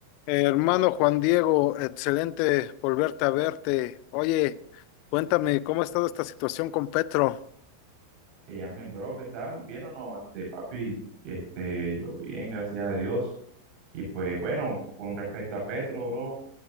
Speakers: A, on the left; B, on the right.
A: Hermano Juan Diego, excelente volverte a verte. Oye, cuéntame, ¿cómo ha estado esta situación con Petro?
B: Hey Ángel, bro, ¿qué tal? ¿Bien o no? Este, papi, este, yo bien, gracias a Dios. Y pues bueno, con respecto a Petro, bro,